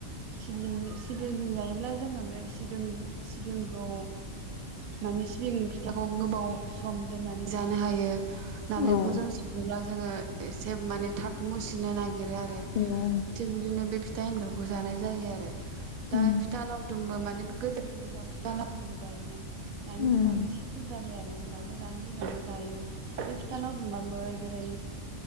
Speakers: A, on the right (about 85°); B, on the left (about 65°).
A: सिबिं सिबिंजों जायोब्ला जोङो बे सिबिं सिबिंखौ माने सिबिंनि खिथाखौ गोबाव सम दोननानै जानो हायो। नालेंखरजों
B: औ
A: सङोब्ला जोङो एसे माने थाब मुसिनो ना गिरो आरो
B: औ
A: थिग बिदिनो बे फिथा एनथावखौ जानाय जायो आरो। दा
B: उम
A: फिथा लावदुमबो माने गोदोनि दिनाव फिथा लावदुमबो जायोमोन। दानि
B: उम
A: दिनाव एसे खदाबाय आरो होमबाबो दानि दिनावबो जायो। बे फिथा लावदुमबाबो जेरै